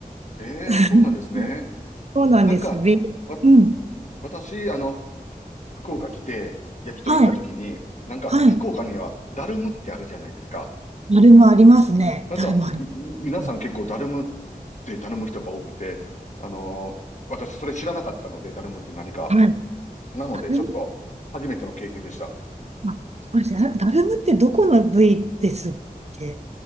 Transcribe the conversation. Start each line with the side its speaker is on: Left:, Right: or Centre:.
Left: ええ、
Right: <laughs>
Left: そうなんですね。
Right: そうなんです。
Left: なんか、
Right: びうん。
Left: わ、私、あの、福岡来て、焼き鳥行った時に、
Right: はい。
Left: なんか、
Right: はい。
Left: 福岡には、ダルムってあるじゃないですか。
Right: だるまありますね。
Left: なんか、
Right: だるまあります。
Left: み皆さん結構ダルムっ
Right: う
Left: て頼む人が多くて、あのー私それ知らなかったので、ダルムって何か。
Right: んはい。
Left: なので、
Right: だる
Left: ちょっと、初めての経験でした。
Right: ま、あそうですね。あだるまってどこの部位ですっけ